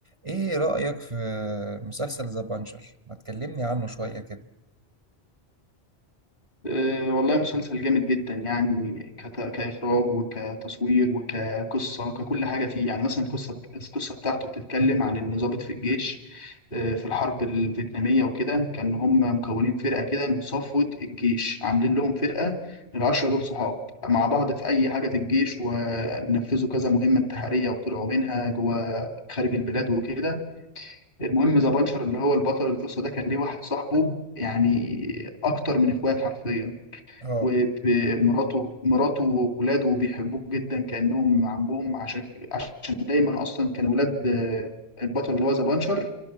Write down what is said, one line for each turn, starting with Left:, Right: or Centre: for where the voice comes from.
Right: ايه رأيك في مسلسل ذا بانشر ما تكلمني عنه شوية كده
Left: آه، والله مسلسل جامد جدا يعني كت- كإخراج وكتصوير وكقصة وككل حاجة فيه يعني مثلا القصة القصة بتاعته بتتكلم عن إن ضابط في الجيش آه، في الحرب الفيتنامية وكده كان هم مكونين فرقة كده من صفوة الجيش عاملين لهم فرقة العشرة دول صحاب مع بعض في أي حاجة في الجيش ونفذوا كذا مهمة انتحارية وطلعوا منها جوه خارج البلاد وكده المهم ذا بانشر اللي هو البطل القصة ده كان ليه واحد صاحبه يعني أكتر من إخوات حرفيا
Right: اه
Left: ومراته مراته وولاده بيحبوه جدا كأنهم عمهم عشان عشان دايما أصلا كانوا ولاد آه، البطل اللي هو ذا بانشر